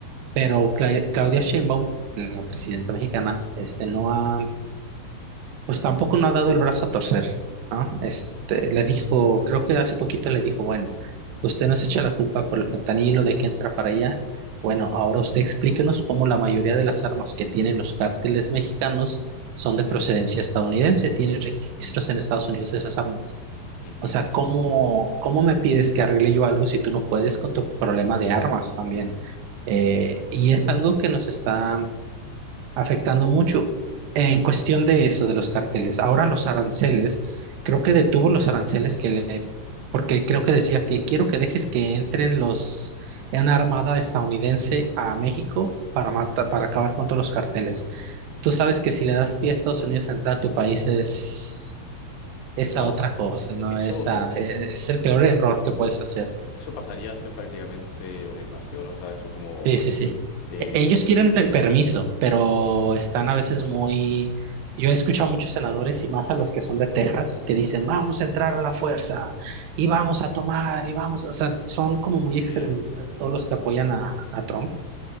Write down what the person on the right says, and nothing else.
Pero Cla- Claudia Sheinbaum, la presidenta mexicana, este, no ha pues tampoco no ha dado el brazo a torcer, ¿no? Este, le dijo, creo que hace poquito le dijo, bueno, usted nos echa la culpa por el fentanilo de que entra para allá. Bueno, ahora usted explíquenos cómo la mayoría de las armas que tienen los cárteles mexicanos son de procedencia estadounidense, tienen registros
en Estados Unidos de esas armas.
O sea, ¿cómo, cómo me pides que arregle yo algo si tú no puedes con tu problema de armas también? Eh, y es algo que nos está afectando mucho en cuestión de eso, de los carteles. Ahora los aranceles, creo que detuvo los aranceles que le, porque creo que decía que quiero que dejes que entren los, en una armada estadounidense a México para matar, para acabar con todos los carteles. Tú sabes que si le das pie a Estados Unidos a entrar a tu país es esa
otra cosa, ¿no?
Esa,
eh, es el peor error que puedes hacer.
Sí, sí, sí.
E- Ellos quieren el permiso, pero están a veces muy... Yo he escuchado a muchos senadores y más a los que son de Texas que dicen, vamos a entrar a la fuerza y vamos a tomar y vamos, o sea, son como muy
extremistas todos los
que apoyan a, a Trump,